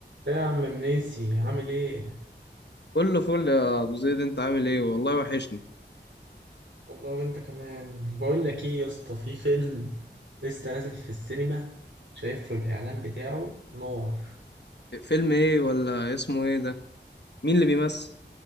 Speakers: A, on the right; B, on the left.
A: إيه يا عم منيسي عامل ايه
B: كله فل يا ابو زيد انت عامل ايه والله وحشني
A: والله وانت كمان بقول لك ايه يا اسطى في فيلم لسه نازل في السينما شايف له الاعلان بتاعه نار
B: فيلم ايه ولا اسمه ايه ده مين اللي بيمثل